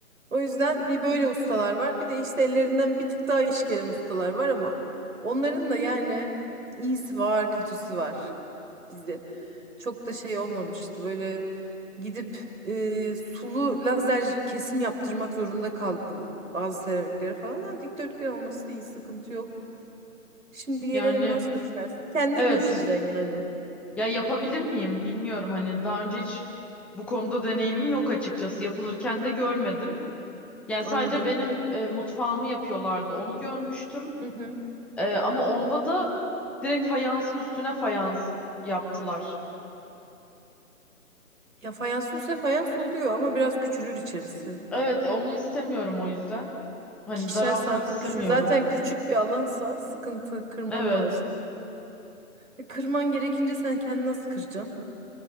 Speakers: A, on the right (about 60°); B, in the centre.
A: O yüzden bir böyle ustalar var. Bir de işte ellerinden bir tık daha iş gelen ustalar var ama onların da yani iyisi var, kötüsü var bizde. Çok da şey olmamıştı. Böyle gidip e, sulu lazer kesim yaptırmak zorunda kaldım. Bazı seramiklere falan. Ha, dikdörtgen olması iyi, sıkıntı yok. Şimdi gelelim
B: Yani
A: nasıl döşersin? Kendin
B: evet.
A: döşeyeceksin yani.
B: Ya yapabilir miyim bilmiyorum. Hani daha önce hiç bu konuda deneyimim yok açıkçası. Yapılırken de görmedim. Yani
A: Anladım.
B: sadece benim e, mutfağımı yapıyorlardı. Onu görmüştüm.
A: Hı hı.
B: E, ama onda da direkt fayansın üstüne fayans yaptılar.
A: Ya fayans ise fayans oluyor ama biraz küçülür içerisi.
B: Evet, onu istemiyorum o yüzden. Hani
A: İkişer
B: daraltmak
A: santim
B: istemiyorum.
A: küçüğü. Zaten küçük bir alansa sıkıntı kırman
B: Evet.
A: lazım. E, kırman gerekince sen kendini nasıl kıracaksın?